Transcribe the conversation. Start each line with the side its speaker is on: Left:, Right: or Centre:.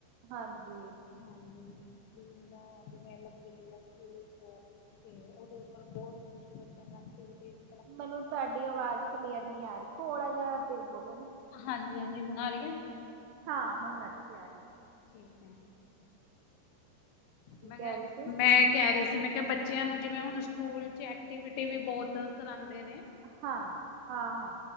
Right: ਹਾਂਜੀ।
Left: ਹਾਂਜੀ ਬੀ ਮੈਂ ਜਿਵੇਂ ਲੱਗੀ ਹੋਈ ਆ ਸਕੂਲ ਚ ਤੇ ਉਹਦੇ ਉੱਪਰ ਬਹੁਤ ਕੁਛ ਬੱਚਿਆਂ ਨੇ ਐਕਟੀਵਿਟੀਜ
Right: ਮੈਨੂੰ ਤੁਹਾਡੀ ਆਵਾਜ਼ ਕਲੀਅਰ ਨਹੀਂ ਆ ਰਹੀ। ਥੋੜਾ ਜਿਹਾ ਤੇਜ਼ ਬੋਲੋਗੇ?
Left: ਹਾਂਜੀ--ਹਾਂਜੀ ਹੁਣ ਆ ਰਹੀ ਹੈ?
Right: ਹਾਂ ਹੁਣ ਅੱਛੀ ਆ ਰਹੀ ਏ।
Left: ਠੀਕ ਹੈ,
Right: ਕੀ
Left: ਮੈਂ
Right: ਕਹਿ
Left: ਕਿਹਾ,
Right: ਰਹੇ ਸੀ?
Left: ਮੈਂ ਕਹਿ ਰਹੀ ਸੀ, ਮੈਂ ਕਿ ਬੱਚੇ ਬੱਚਿਆਂ ਨੂੰ, ਜਿਵੇਂ ਹੁਣ ਸਕੂਲ ਚ ਐਕਟੀਵਿਟੀ ਵੀ ਬਹੁਤ, ਕਰਾਉਂਦੇ ਨੇ।
Right: ਹਾਂ-ਹਾਂ-ਹਾਂ।